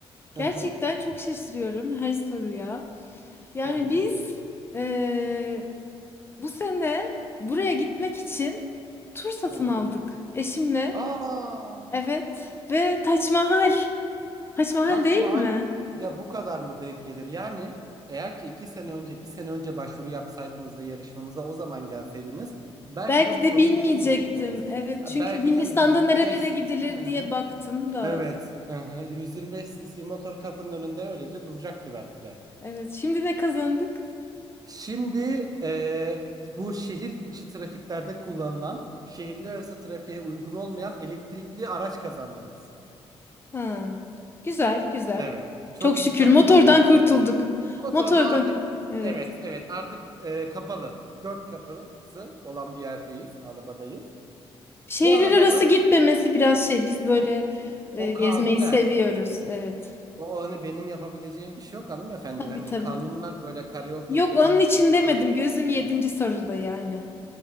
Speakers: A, on the left (about 20°); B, on the right (about 35°).
A: Gerçekten
B: Hı hı.
A: çok şaşırıyorum her soruya. Yani
B: Hı hı.
A: biz e, bu sene buraya gitmek için tur satın
B: Hı hı.
A: aldık eşimle.
B: Aa.
A: Evet ve Taç Mahal. Taç Mahal
B: Taç
A: değil
B: Mahal
A: mi?
B: ya bu kadar mı denk gelir? Yani eğer ki iki sene önce, bir sene önce başvuru yapsaydınız da yarışmamıza o zaman gelseydiniz belki
A: Belki
B: de bu
A: de
B: soruyu
A: bilmeyecektim.
B: bilemeyecektiniz.
A: Evet
B: Ha,
A: çünkü
B: belki
A: Hindistan'da
B: de 125
A: nerelere gidilir
B: cc hı hı.
A: diye baktım da.
B: Evet. Hı hı. 125 cc motor kapının önünde öylece duracaktı belki de.
A: Evet şimdi ne kazandık?
B: Şimdi e, bu şehir içi trafiklerde kullanılan, şehirler arası trafiğe uygun olmayan elektrikli araç kazandınız.
A: Ha. Güzel güzel.
B: Evet. Çok
A: Çok şükür
B: tatmin
A: motordan
B: etmedi
A: kurtulduk.
B: sanıyorum. Motorda
A: Motordan.
B: artık
A: Evet.
B: evet evet artık e, kapalı. Dört kapısı olan bir yerdeyiz. Arabadayız.
A: Şehirler
B: Bu arabalar
A: arası gitmemesi biraz şey biz böyle e,
B: o
A: gezmeyi
B: kanunen.
A: seviyoruz. Evet.
B: O hani benim yapabileceğim bir şey yok hanımefendi.
A: Tabii
B: Hani
A: tabii.
B: kanunlar böyle Karayolları
A: Yok
B: Genel
A: onun
B: Müdürlüğü
A: için demedim.
B: böyle.
A: Gözüm yedinci
B: Hı hı.
A: soruda yani.